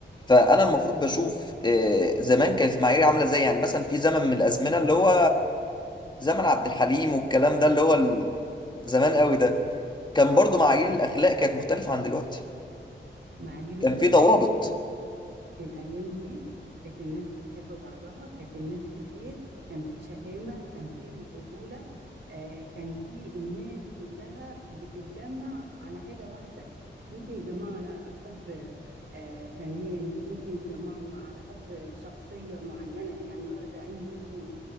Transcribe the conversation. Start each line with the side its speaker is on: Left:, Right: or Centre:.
Left: فانا المفروض بشوف آه، زمان كانت المعايير عامله ازاي يعني مثلا في زمن من الازمنه اللي هو زمن عبد الحليم والكلام ده اللي هو ال- زمان قوي ده كان برضو معايير الاخلاق كانت مختلفه عن دلوقتي
Right: معايير
Left: كان
Right: الاخلاق
Left: في ضوابط
Right: في الايام دي كانت الناس بتحب بعضها كانت الناس في خير كان في شهامة كان في رجولة آه كان في الناس كلها بتتجمع على حاجة واحدة ممكن يتجمعوا على حب آه فنان ممكن يتجمعوا على حب شخصية معينة يعملوها زعيم ليهم